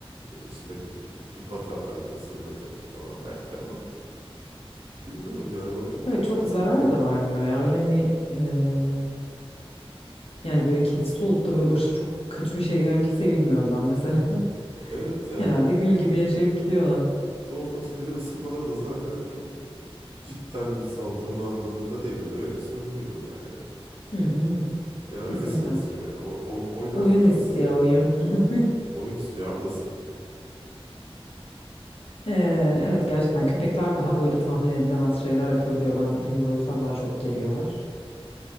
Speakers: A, on the right; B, on the left.
A: e, işte bir, bir pati atar bir ısırmaya çalışır falan belki ama bilmiyorum yani bana çok
B: Evet
A: saçma
B: çok zarar
A: geliyor.
B: da vermiyor ya. Öyle hani eee, yani böyle kedisi olup da böyle başına çok kötü bir şey gelen kimseyi bilmiyorum ben mesela.
A: Evet
B: <laughs>
A: yani
B: Genelde
A: o
B: gül gibi yaşayıp gidiyorlar.
A: işte o patileri ısırmaları da zaten çok cidden hani saldırma anlamında değil. Yani öylesine vuruyor o da yani.
B: Hı hı hı. hı.
A: Veya öylesine
B: Kesinlikle.
A: ısırıyor yani. O, oyn- oynar
B: Oyun
A: gibi
B: istiyor
A: ısınıyor.
B: oyun. <laughs>
A: Oyun istiyor ablası.
B: Ee, evet gerçekten köpekler daha böyle tahmin edilemez şeyler yapabiliyor. Ben beni de o yüzden daha çok geriyorlar.